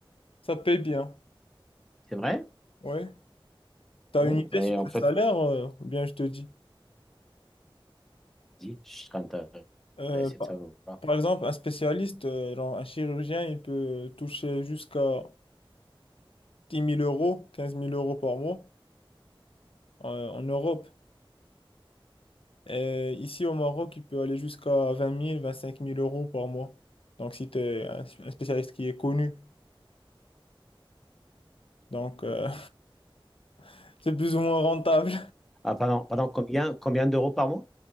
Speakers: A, on the left; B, in the centre.
A: ça paye bien.
B: C'est vrai?
A: Ouais. T'as
B: Mmh.
A: une idée
B: Oui,
A: sur
B: en
A: le
B: fait,
A: salaire, euh, ou bien je te dis.
B: dis, je serais intéressé
A: Euh, par,
B: de savoir.
A: par exemple, un spécialiste, euh, genre un chirurgien, il peut toucher jusqu'à dix mille euros, quinze mille euros par mois euh, en Europe. Et ici au Maroc, il peut aller jusqu'à vingt mille, vingt-cinq mille euros par mois. Donc si tu es un un spécialiste qui est connu, donc euh, <laughs> c'est plus ou moins rentable.
B: Ah, pardon, pardon, combien, combien d'euros par mois?